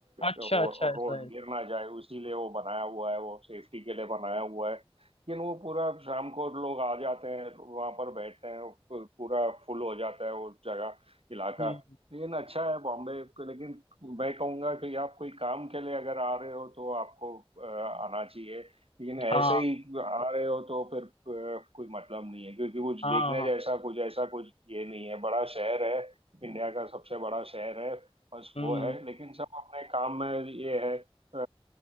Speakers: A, on the left (about 75°); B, on the right (about 70°).
A: अच्छा
B: रोड
A: अच्छा ऐसा
B: रोड
A: है
B: गिर ना जाए उसीलिए वो बनाया हुआ है वो सेफ्टी के लिए बनाया हुआ है लेकिन वो पूरा शाम को लोग आ जाते हैं वहां पर बैठते हैं वो पूरा फुल हो जाता है वो जगह इलाका
A: हम्म
B: लेकिन अच्छा है बॉम्बे को लेकिन मैं कहूंगा कि आप कोई काम के लिए अगर आ रहे हो तो आपको अ, आना चाहिए लेकिन ऐसे
A: हाँ
B: ही आ रहे हो तो फिर अ, कोई मतलब नहीं है क्योंकि कुछ
A: हाँ
B: देखने
A: हाँ
B: जैसा कुछ ऐसा कुछ ये नहीं है बड़ा शहर है इंडिया का सबसे बड़ा शहर है बस
A: हम्म
B: वो है लेकिन सब अपने काम में ये है अ,